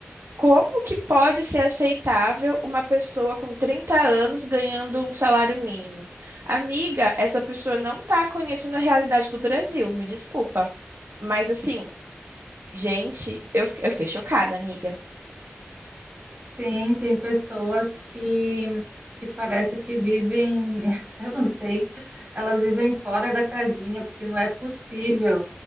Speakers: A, on the right; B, on the right.
A: Como que pode ser aceitável uma pessoa com 30 anos ganhando um salário mínimo? Amiga, essa pessoa não tá conhecendo a realidade do Brasil, me desculpa. Mas assim, gente, eu, fiquei- eu fiquei chocada, amiga.
B: Sim, tem pessoas que, que parece que vivem, <laughs> eu não sei, elas vivem fora da casinha, porque não é possível